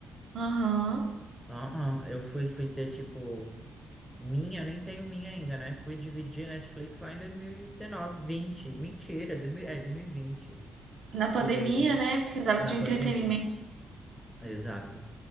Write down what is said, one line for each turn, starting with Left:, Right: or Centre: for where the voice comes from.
Right: Aham.
Centre: Ah, ah, eu fui, fui ter, tipo, minha, eu nem tenho minha ainda, né? Fui dividir a Netflix lá em 2019, 20 Mentira, dois mil é, dois mil e vinte
Right: Na pandemia,
Centre: Fui dividir
Right: né? Precisava
Centre: na
Right: de
Centre: pandemia.
Right: um entretenimento.
Centre: Exato.